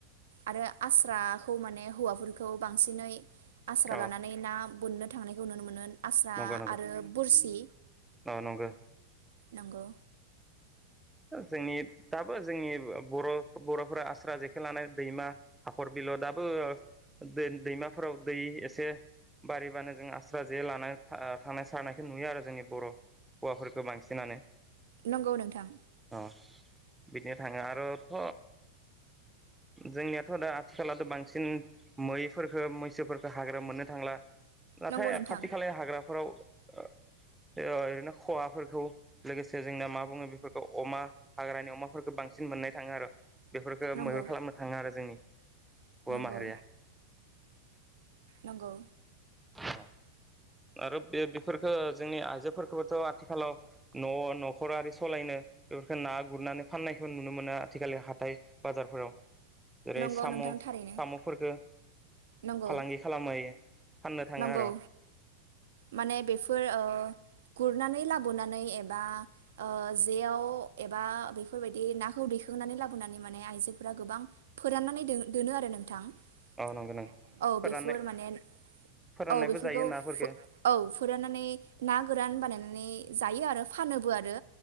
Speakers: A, on the right; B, in the centre.
A: आरो आस्राखौ माने हौवाफोरखौ बांसिनै आस्रा
B: अ
A: लानानै ना बोननो थांनायखौ नुनो मोनो, आस्रा
B: नंगौ नंगौ
A: आरो बोरसि
B: अ नंगौ
A: नंगौ।
B: जोंनि दाबो जोंनि बर' बर'फोरा आस्रा जेखो लाना दैमा हाखर बिलो दाबो दै दैमाफोराव दै एसे बारिबानो जों आस्रा जे लानाय था आ थांनाय सारनायखौ नुयो आरो जोंनि बर' हौवाफोरखौ बांसिनानो।
A: नंगौ नोंथां।
B: अ बिदिनो थाङो आरोथ' जोंनियाथ' दा आथिखलावथ' बांसिन मैफोरखो मैसोफोरखो हाग्रा मोननो थांला नाथाय
A: नंगौ नोंथां
B: खाथि खाला हाग्राफोराव ओ ओ ओरैनो खहाफोरखौ लोगोसे जोंना मा बुङो बि फोरफोरखौ अमा हाग्रानि अमाफोरखौ बांसिन मोननाय थाङो आरो बेफोरखो
A: नंगौ
B: मैहुर खालामनो थाङो आरो जोंनि हौवा
A: नंगौ
B: माहारिया
A: नंगौ
B: औ आरो बे बेफोरखौ जोंनि आइजोफोरखौबोथ' आथिखालाव न' नखरारि सलायनो हो ना गुरनानै फाननायखौ नुनो मोना आथिखालि हाथाय बाजारफोराव जेरै
A: नंगौ
B: साम'
A: नोंथां थारैनो
B: साम'फोरखो
A: नंगौ
B: फालांगि खालामै फाननो थाङो
A: नंगौ
B: आर'
A: माने बेफोर ओ गुरनानै लाबोनानै ए बा ओ जेयाव एबा बेफोरबायदि नाखौ दैखोनानै लाबोनानै माने आइजो फोरा गोबां फोराननानै दो दोनो आरो नोंथां औ
B: नंगौ नंगौ फोराननाय
A: बेफोर माने औ
B: फोराननायबो
A: बेफोरखौ
B: जायो नाफोरफोरखौ
A: औ फोराननानै ना गोरान बानायनानै जायो आरो फानोबो आरो